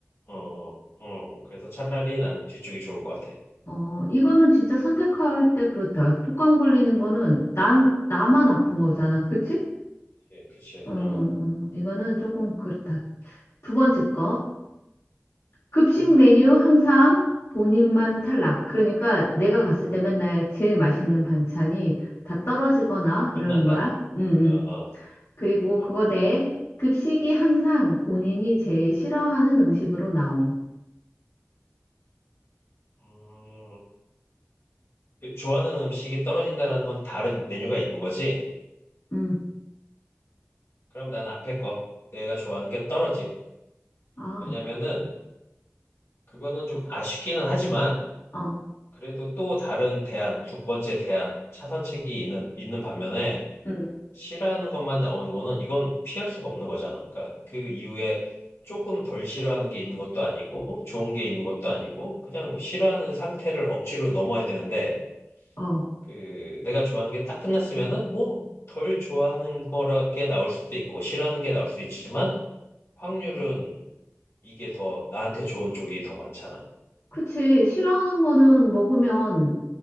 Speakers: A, on the left; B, on the left.
A: 어, 어, 그래서 차라리 난 뒤쪽이 좋을 것 같아.
B: 어, 이거는 진짜 선택할 때 그렇다. 독감 걸리는 거는 난, 나만 아픈 거잖아. 그치?
A: 그치, 그치,
B: 어, 어,
A: 어,
B: 어. 이거는 조금 그렇다. 두 번째 거. 급식
A: 어
B: 메뉴 항상 본인만 탈락. 그러니까
A: 어
B: 내가 갔을 때 맨날 제일 맛있는 반찬이 다 떨어지거나 이러는
A: 끝난다.
B: 거야. 응, 응.
A: 어, 어,
B: 그리고
A: 어.
B: 그거 대 급식이 항상 본인이 제일 싫어하는 음식으로 나옴.
A: 음, 그 좋아하는 음식이 떨어진다라는 건 다른 메뉴가 있는 거지?
B: 응.
A: 그럼 나는 앞에 거, 내가 좋아하는 게 떨어짐.
B: 아,
A: 왜냐면은 그거는 좀 아쉽기는 하지만
B: 어,
A: 그래도 또 다른 대안, 두 번째 대안, 차선책이 있는 있는 반면에
B: 응.
A: 싫어하는 것만 나오는 거는 이건 피할 수가 없는 거잖아. 그러니까 그 이후에 조금 덜 싫어하는 게 있는 것도 아니고 좋은 게 있는 것도 아니고 그냥 싫어하는 상태를 억지로 넘어야 되는데
B: 어.
A: 그 내가 좋아하는 게 딱 끝났으면은 뭐 덜 좋아하는 거라게 나올 수도 있고 싫어하는 게 나올 수 있지만 확률은 이게 더 나한테 좋은 쪽이 더 많잖아.
B: 그치. 싫어하는 거는 먹으면
A: 어,